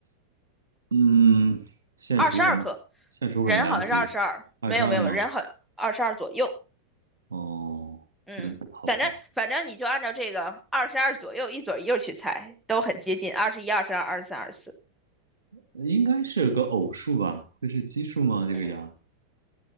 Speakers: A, on the right; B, in the centre.
A: 嗯，现数可能现数可能来不及，
B: 二十二颗。人好像是二十二，
A: 二十二吗？
B: 没有没有，人好像二十二左右。
A: 哦，
B: 嗯，
A: 嗯，好吧，
B: 反正反正你就按照这个二十二左右一左一右去猜，都很接近，二十一、二十二、二十三、二十四。
A: 呃应该是个偶数吧？会是奇数吗？这个牙？
B: 嗯，